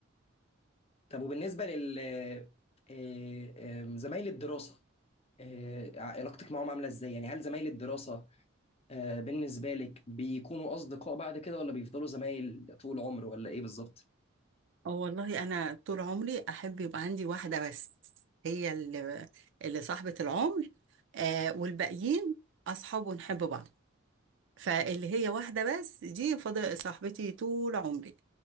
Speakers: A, on the left; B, on the right.
A: طب وبالنسبة لل آه، آم، زمايل الدراسة آه، علاقتك معاهم عاملة ازاي؟ يعني هل زمايل الدراسة آه، بالنسبة لك بيكونوا أصدقاء بعد كده ولا بيفضلوا زمايل طول العمر ولا إيه بالظبط؟
B: اه والله انا طول عمري احب يبقى عندي واحده بس هي اللي اللي صاحبه العمر آه والباقيين اصحاب ونحب بعض فاللي هي واحده بس دي فضل صاحبتي طول عمري